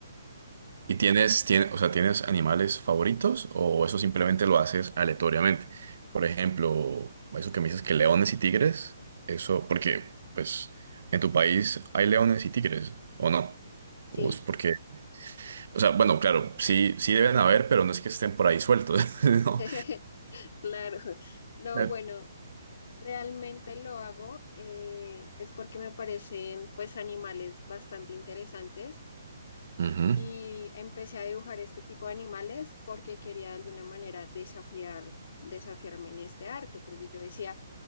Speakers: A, on the right (about 65°); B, on the left (about 60°).
A: ¿Y tienes, tien- o sea, tienes animales favoritos o eso simplemente lo haces aleatoriamente? Por ejemplo, eso que me dices que leones y tigres, eso porque, pues, en tu país hay leones y tigres, ¿o no?
B: Sí.
A: O es porque, o sea, bueno, claro, sí, sí deben haber, pero no es que estén por ahí sueltos, <laughs> ¿no?
B: <laughs> Claro, no,
A: Eh,
B: bueno, realmente lo hago eh, es porque me parecen pues animales bastante interesantes
A: ujú,
B: y empecé a dibujar este tipo de animales porque quería de alguna manera desafiar, desafiarme en este arte, porque yo decía,